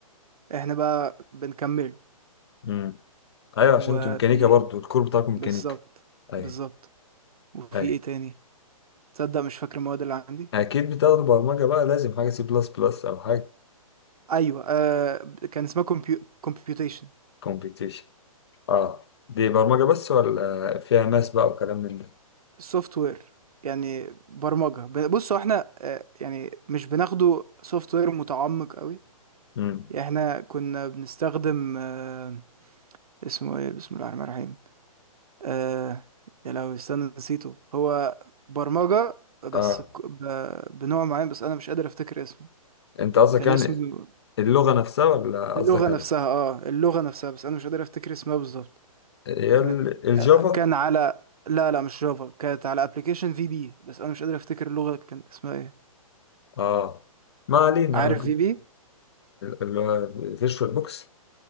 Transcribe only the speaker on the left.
مم. ايوه
عشان انتوا ميكانيكا برضو الكور بتاعكم ميكانيكا
ايوه
ايوه
اكيد بتاخدوا برمجة بقى لازم حاجة سي بلس بلس او حاجة
كومبيتيشن اه دي برمجة بس ولا فيها ماس بقى وكلام من ده
امم
اه
انت قصدك
يعني
اللغة نفسها ولا قصدك
على
هي
ال- الجافا
اه ما علينا
انا كنت
اللي هو فيجوال بوكس